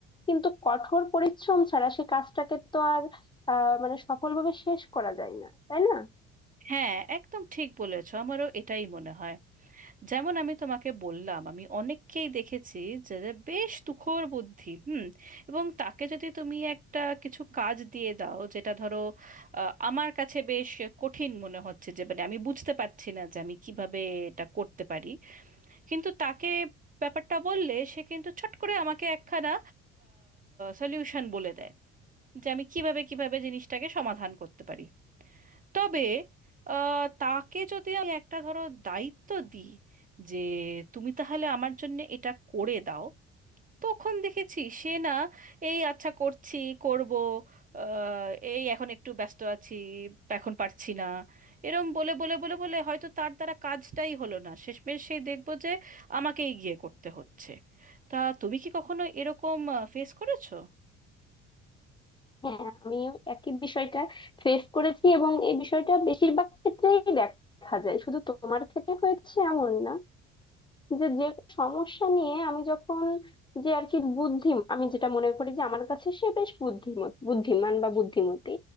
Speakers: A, on the left (about 15°); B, on the right (about 30°).
A: কিন্তু কঠোর পরিশ্রম ছাড়া সে কাজটাকে তো আর আহ, মানে সফলভাবে শেষ করা যায় না তাই না
B: হ্যাঁ একদম ঠিক বলেছো আমারও এটাই মনে হয় যেমন আমি তোমাকে বললাম আমি অনেককেই দেখেছি যাদের বেশ তুখোড় বুদ্ধি হুম এবং তাকে যদি তুমি একটা কিছু কাজ দিয়ে দাও যেটা ধরো আহ, আমার কাছে বেশ কঠিন মনে হচ্ছে যে মানে আমি বুঝতে পারছি না যে আমি কিভাবে এটা করতে পারি কিন্তু তাকে ব্যাপারটা বললে সে কিন্তু ছট করে আমাকে একখানা সলিউশন বলে দেয় যে আমি কিভাবে কিভাবে জিনিসটাকে সমাধান করতে পারি তবে আহ, তাকে যদি আমি একটা ধরো দায়িত্ব দিই যে তুমি তাহলে আমার জন্য এটা করে দাও তখন দেখেছি সে না এই আচ্ছা করছি করব আহ, এই এখন একটু ব্যস্ত আছি এখন পারছি না এরম বলে বলে বলে বলে হয়তো তার দ্বারা কাজটাই হলো না শেষমেশ সেই দেখবো যে আমাকেই গিয়ে করতে হচ্ছে তা তুমি কি কখনো এরকম ফেস করেছো
A: হ্যাঁ আমি একই বিষয়টা ফেস করেছি এবং এই বিষয়টা বেশিরভাগ ক্ষেত্রেই দেখা যায় শুধু তোমার ক্ষেত্রে হয়েছে এমন না যে যে সমস্যা নিয়ে আমি যখন যে আর কি বুদ্ধি আমি যেটা মনে করি যে আমার কাছে সে বেশ বুদ্ধিমত বুদ্ধিমান বা বুদ্ধিমতী